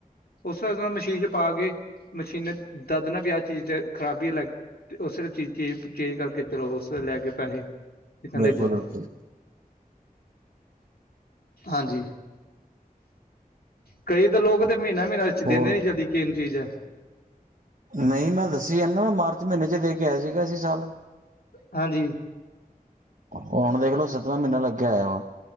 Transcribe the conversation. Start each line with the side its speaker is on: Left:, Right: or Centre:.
Left: ਉਸ ਤਰ੍ਹਾਂ ਨਾਲ ਮਸ਼ੀਨ ਚ ਪਾ ਕੇ ਮਸ਼ੀਨ ਦੱਸ ਦੇਣਾ ਵੀ ਆ ਚੀਜ਼ ਖ਼ਰਾਬੀ ਹੈ। ਲੱਗ ਤੇ ਉਸੇ ਵੇਲੇ ਚੀਜ਼ ਚੇ ਚੇਂਜ ਕਰਕੇ ਚਲੋ ਉਸ ਵੇਲੇ ਲੈ ਕੇ ਪੈਸੇ ਤੇ ਕਹਿੰਦੇ
Right: ਬਿਲਕੁਲ
Left: ਜਾਓ
Right: ਬਿਲਕੁਲ
Left: ਹਾਂਜੀ, ਕਈ ਤਾਂ ਲੋਕ ਤੇ ਮੀਨਾ ਮੀਨਾ ਵਿਚ ਦਿੰਦੇ
Right: ਹੋਰ
Left: ਨੀ ਜਲਦੀ ਕਿੰਨੀ ਚੀਜ਼ ੲੈ।
Right: ਨਹੀਂ, ਮੈਂ ਦੱਸੀ ਜਾਨਾ ਵਾ ਮਾਰਚ ਮਹੀਨੇ ਚ ਲੈ ਕੇ ਆਇਆ ਸੀ ਗਾ ਐਸੀ ਸਾਲ।
Left: ਹਾਂਜੀ।
Right: ਹੁਣ ਵੇਖਲੋ ਸੱਤਵਾਂ ਮਹੀਨਾ ਲੱਗਿਆ ਹੋਇਆ ਵਾ।